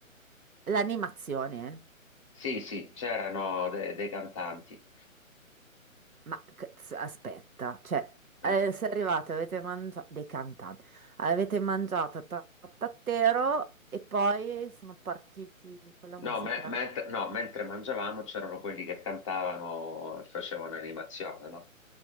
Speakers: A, on the right (about 85°); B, on the left (about 25°).
A: L'animazione, eh.
B: Sì, sì, c'erano de- dei cantanti.
A: Ma cazzo, aspetta, cioè, eh,
B: Eh,
A: se arrivate, avete mangiato dei cantanti, avete mangiato ta- tattatero e poi sono partiti con la musica?
B: No, me- mentre, no, mentre mangiavamo c'erano quelli che cantavano e facevano animazione, no?